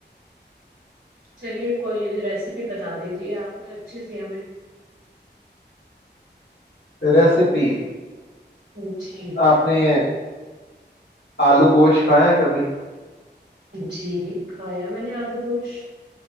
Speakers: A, on the right; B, on the left.
A: چلیے کوئی ریسیپی بتا دیجیے آپ کوئی اچھی سےھی ہمیں <unintelligible>
B: ریسیپی <inaudible>
A: اچھ <inaudible>
B: آپ نے آلو گوشت کھایا کبھی
A: جی کھایا میں نے آلو گوشت <inaudible>